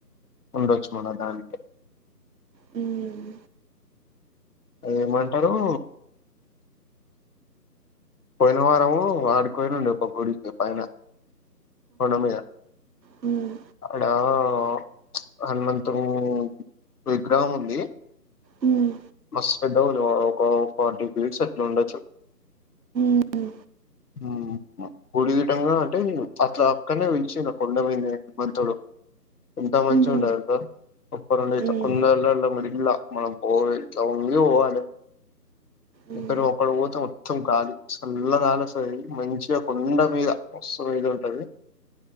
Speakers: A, on the left; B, on the right.
A: ఉండొచ్చు మళ్ళ దానికే
B: హ్మ్
A: ఏమంటరూ పోయిన వారము ఆడికిపోయిలుండే ఒక గుడికి పైన కొండమీద
B: హ్మ్
A: ఆడా ప్చ్ హనుమతుని విగ్రహం ఉంది
B: హ్మ్మ్
A: మస్తు పెద్దగా వుంది మా ఒక్క ఫార్టీ కేజీస్ అట్లా ఉండచ్చు
B: హ్మ్
A: హ్మ్ మ గుడి విటంగా అంటే అట్లా పక్కనే పలిచిరు కొండమీదనే హమంతుడు ఎంత మంచిగ
B: ఉహు
A: ఉండే తెలుసా సుప్పర్ ఉండేది
B: ఉమ్
A: కొండలాలమునిగిల్లా మనం పోయి ఇట్లా వొంగి పోవాలె
B: ఉమ్
A: ఇద్దలో ఒకడు పోత మొత్తం గాలి చల్ల గాలి ఒస్తది మంచిగా కొండ మీద మస్తు వేగా ఉంటది